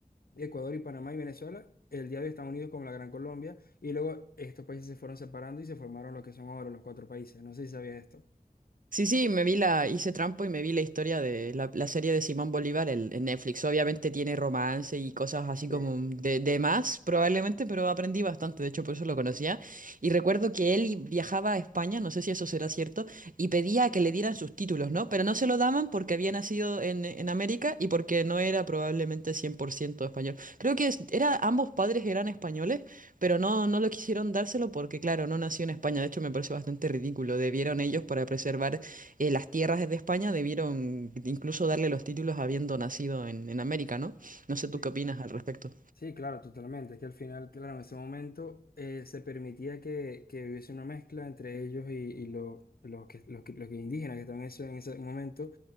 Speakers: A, on the left; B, on the right.
A: Ecuador y Panamá y Venezuela, el día de hoy están unidos como la Gran Colombia, y luego estos países se fueron separando y se formaron lo que son ahora los cuatro países. No sé si sabías esto.
B: Sí, sí, me vi la, hice trampo y me vi la historia de la, la serie de Simón Bolívar el- en Netflix. Obviamente tiene romance y cosas así
A: Sí.
B: como de, de más, probablemente, pero aprendí bastante, de hecho por eso lo conocía. Y recuerdo que él i- viajaba a España, no sé si eso será cierto, y pedía que le dieran sus títulos, ¿no? Pero no se lo daban porque había nacido en, en América y porque no era probablemente 100% español. Creo que es- era, ambos padres eran españoles, pero no, no lo quisieron dárselo porque, claro, no nació en España. De hecho, me parece bastante ridículo. Debieron ellos
A: Mm.
B: para preservar eh, las tierras de España debieron incluso darle los títulos habiendo nacido en, en América, ¿no? No sé tú
A: Sí,
B: qué opinas al respecto.
A: sí, claro, totalmente. Es que al final, claro, en ese momento eh, se permitía que, que hubiese una mezcla entre ellos y, y los, los, que, los, que- los que indígenas que estaban en ese, en ese momento.